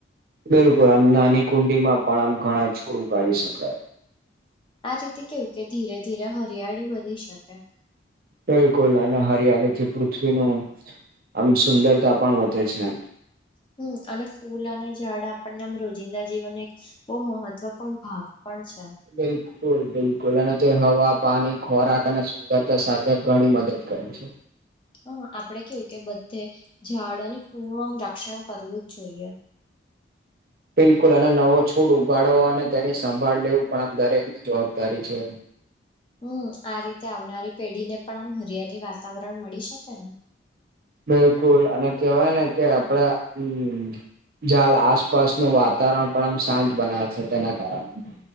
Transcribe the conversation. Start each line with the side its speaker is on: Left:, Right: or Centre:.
Right: બિલકુલ આમ નાની કુંડી માં પણ આમ ઘણા છોડું કાઢી શકાય.
Left: આ રીતે કેવું કે ધીરે ધીરે હરિયાળી વધનીી શકે.
Right: બિલકુલ અને હરિયાળી થી પૃથ્વીનું આમ સુંદરતા પણ વધે છે.
Left: હ અને ફૂલ અને ઝાડ આપણને આમ રોજિંદા જીવન નું એક બહુ મહત્વપૂર્ણ ભાગ પણ છે.
Right: બિલકુલ બિલકુલ અને તે હવા, પાણી, ખોરાક અને સુંદરતા સાથે ઘણી મદદ કરે છે.
Left: હ આપડે કેવું કે બધે, ઝાડ અને ફૂલ નું આમ રક્ષણ કરવું જ જોઈએ.
Right: બિલકુલ અને નવો છોડ ઉગાડો અને તેની સંભાળ લેવું પણ આમ દરેકની જવાબદારી છે.
Left: હમ આ રીતે આવનારી પેઢી ને પણ આમ હરિયાલી વાતાવરણ મળી શકે ને.
Right: બિલકુલ અને કેવાય ને કે આપડે હમ. ઝાડ આસપાસનું વાતાવરણ પણ આમ શાંત બનાવે છે તેના કારણે.